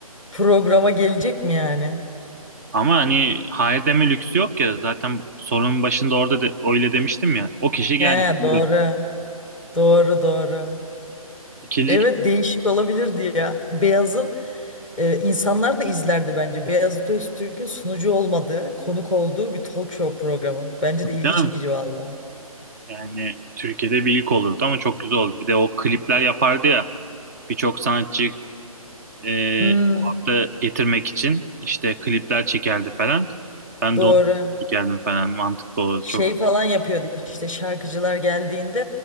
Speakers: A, in the centre; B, on the right (about 25°).
A: programa gelecek mi yani?
B: Ama hani hayır deme lüksü yok ya. Zaten sorunun başında orada da öyle demiştim ya. O kişi geldi.
A: He
B: Buyurun.
A: doğru. Doğru doğru.
B: İkinci
A: Evet
B: kişi
A: değişik olabilirdi ya. Beyaz'ın e, insanlar da izlerdi bence. Beyazıt Öztürk'ün sunucu olmadığı, konuk olduğu bir talk show programı. Bence
B: oldu
A: de ilgi
B: canım.
A: çekici valla.
B: Yani Türkiye'de bir ilk olurdu ama çok güzel oldu. Bir de o klipler yapardı ya. Birçok sanatçı e,
A: Hmm,
B: o hafta getirmek için işte klipler çekerdi falan. Ben
A: doğru.
B: de onu çekerdim falan. Mantıklı olurdu.
A: şey
B: Çok
A: falan yapıyordu işte şarkıcılar geldiğinde